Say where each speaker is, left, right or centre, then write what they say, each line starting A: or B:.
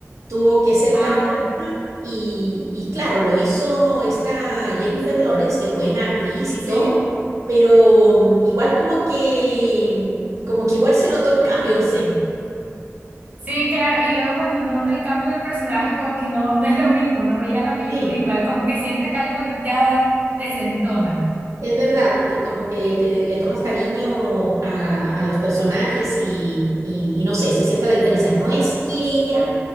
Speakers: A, on the right; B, on the right.
A: tuvo que ser
B: Ah,
A: cambiada y, y claro, lo hizo esta Jennifer Lawrence, que es buena actriz
B: sí.
A: y todo, pero mm, igual como que, mm, como que igual se notó el cambio, no sé.
B: Sí, claro, y luego cuando uno nota el cambio del personaje, como que no, no es lo mismo, no veía la película
A: Sí.
B: igual, como que siente que algo ya desentona.
A: Es verdad, porque como que te, le tomas cariño a, a los personajes y, y- y no sé, se siente la diferencia. No es que ella